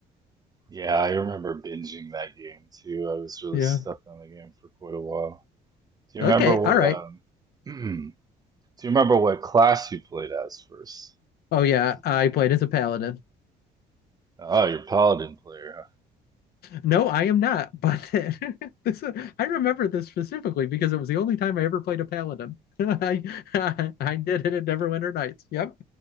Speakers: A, on the right (about 25°); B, on the left (about 65°).
A: Yeah, I remember binging that game too. I was really
B: Yeah.
A: stuck on the game for quite a while. Do you
B: Okay.
A: remember what
B: All right.
A: um <clears throat> do you remember what class you played as first?
B: Oh yeah,
A: Or What did
B: I
A: you like
B: played
A: in
B: as a paladin.
A: that? Oh, you're Paladin player, huh?
B: No, I am not. But <laughs> this, I remember this specifically because it was the only time I ever played a paladin. <laughs> I, I I did it at Neverwinter Nights. Yep.